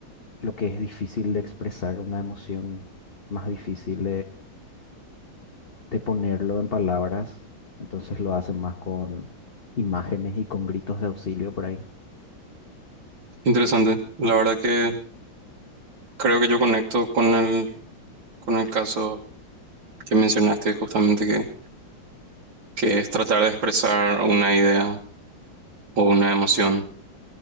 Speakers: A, on the left; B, on the right.
A: lo que es difícil de expresar, una emoción más difícil de ponerlo en palabras, entonces lo hacen más con imágenes y con gritos de auxilio por ahí. <laughs>
B: Interesante. La verdad que creo que yo conecto con el, con el caso que mencionaste justamente, que, que es tratar de expresar una idea o una emoción,